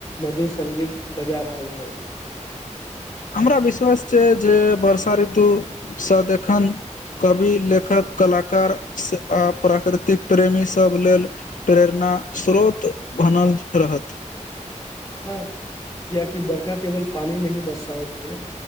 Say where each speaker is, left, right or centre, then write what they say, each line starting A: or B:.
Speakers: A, on the left (about 25°); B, on the left (about 85°).
A: मधु संगीत बजा रहल हो।
B: हमरा विश्वास छै जे वर्षा ऋतु सँ देखन कवि लेखक कलाकार स आ प्राकृतिक प्रेमी सब लेल प्रेरणा स्रोत बनल रहत।
A: हँ, कियाकि बर्खा केवल पानि नहि बरसाबैत छै।